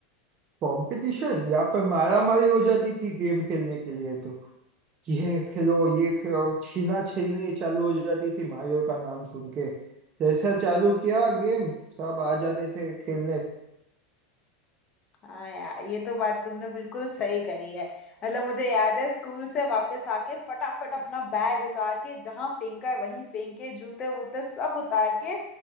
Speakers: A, on the right; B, on the left.
A: कंपटीशन यहाँ पर मारा मारी हो जाती थी गेम खेलने के लिए तो ये खेलो ये खेलो छीना छीनी चालू हो जाती थी मायूर का नाम सुन के जैसा चालू किया गेम सब आ जाते थे खेलने
B: हाँ यार ये तो बात तुमने बिल्कुल सही करी है मतलब मुझे याद है स्कूल से वापस आके फटाफट अपना बैग उतार के जहाँ फेंका है वहीं फेंक के जूते वूते सब उतार के